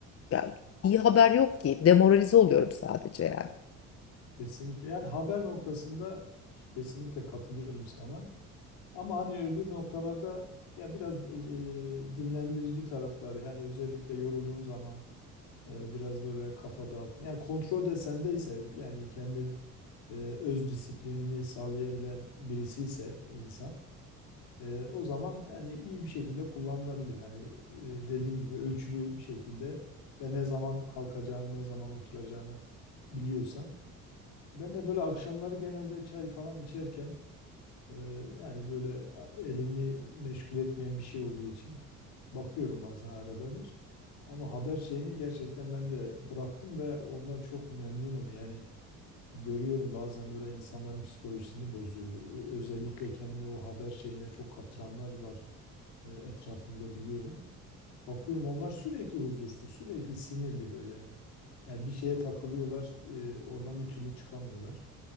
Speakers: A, on the left; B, on the left.
A: ya, iyi haber yok ki. Demoralize oluyorum sadece yani.
B: kesinlikle. Yani haber noktasında kesinlikle katılıyorum sana. Ama hani öbür noktalarda ya biraz e, dinlendirici tarafları yani özellikle yorulduğun zaman e, biraz böyle kafa dağıt. Yani kontrol de sendeyse yani kendi e, öz disiplinini sağlayabilen birisiyse insan Ee, o zaman yani iyi bir şekilde kullanılabilir. Hani e, dediğim gibi ölçülü bir şekilde ve ne zaman kalkacağını, ne zaman oturacağını biliyorsan. Ben de böyle akşamları genelde çay falan içerken e, yani böyle elimi meşgul etmeyen bir şey olduğu için bakıyorum bazen arada bir. Ama haber şeyini gerçekten ben de bıraktım ve ondan çok memnunum. Yani görüyorum bazen böyle insanların psikolojisini bozuyor. Ö- Özellikle kendini o haber şeyine çok kaptıranlar var e, etrafımda biliyorum. Bakıyorum onlar sürekli huzursuz, sürekli sinirli böyle. Yani bir şeye takılıyorlar, e, oradan bir türlü çıkamıyorlar.